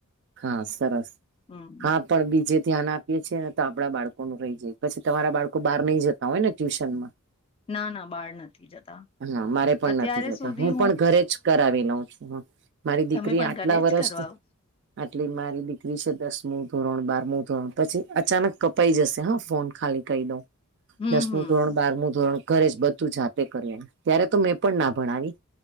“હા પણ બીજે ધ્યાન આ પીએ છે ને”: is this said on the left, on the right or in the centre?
Right